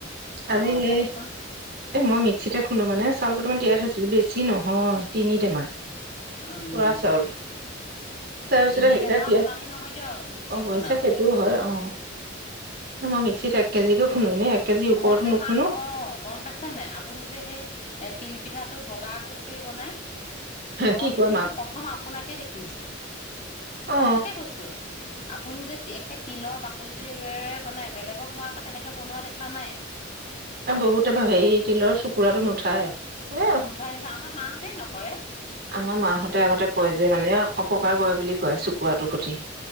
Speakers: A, on the right; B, on the left.
A: আজি
B: অ
A: সেই
B: কওকচোন
A: এ মই মিক্সিতে খুন্দো মানে চাউল কেইটামমান তিয়াৰ থৈছিলো বেছি নহয় তিনি টেমা
B: উম
A: বৰা চাউল তাৰপিছত
B: তিনি
A: সেইকেইটা
B: টেমাও
A: দিয়ে
B: ধেমালি নহয় দিয়ক মিক্সিত
A: অৱশ্যে
B: খুনাটো
A: সেইটোও হয় অ ন মই মিক্সিত থাক কেজিক খোনোৱে এক কেজি ওপৰতো
B: মই যে
A: নুখুন্দো
B: মাক কও গম পাইছে নে আপুনি যে সেই এ তিল পিঠাটো বগা কৰি কৰি বনাই মই
A: কি
B: কিন্তু
A: কোৱা
B: সেইটো
A: মাক
B: প্ৰথম আ আপোনাকে দেখিছোঁ সঁচাকে
A: অ
B: কৈছো আপুনি যে একে তিলৰ বাকলি টো ৰে বনাই বেলেগক মই আকৌ তেনেকে বনোৱা দেখো পানায়
A: বহুতে হেৰি তিলৰ চুকুৰাতটো নুঠায় এ
B: নুঠাই নুঠাই আমাৰ মাহঁতেই নক কৰে
A: আমাৰ মাহতে আগতে কয় যে মানে অপকাৰ কৰে বুলি কয় চুকুোৱাটো সুঠি